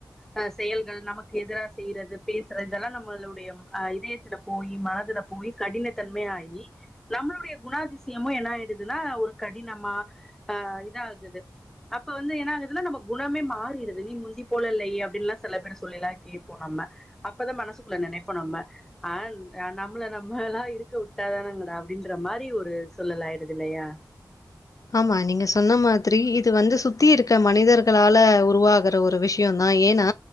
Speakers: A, in the centre; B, on the left.
A: ஹ் செயல்கள் நமக்கு எதிரா செய்யறது பேசுறது இதெல்லாம் நம்மளுடைய அஹ் இதயத்துல போய் மனதுல போய் கடினத்தன்மை ஆகி நம்மளுடைய குணாதிசயமும் என்ன ஆயிடுதுன்னா ஒரு கடினமா ஆஹ் இதா ஆகுது அப்ப வந்து என்ன ஆகுதுன்னா நம்ம குணமே மாறிடுது நீ முந்தி போல இல்லையே அப்டின்னுல்லாம் சில பேர் சொல்லிலா கேட்போம் நம்ப அப்பதான் மனசுக்குள்ள நினைப்போம் நம்ப ஆஹ் நம்மள நம்பள இருக்க விட்டாதானேங்கடா அப்படின்ற மாதிரி ஒரு சொல்லலாயிடுது இல்லையா
B: ஆமா நீங்க சொன்ன மாதிரி இது வந்து சுத்தி இருக்க மனிதர்களால உருவாகற ஒரு விஷயம் தான் ஏன்னா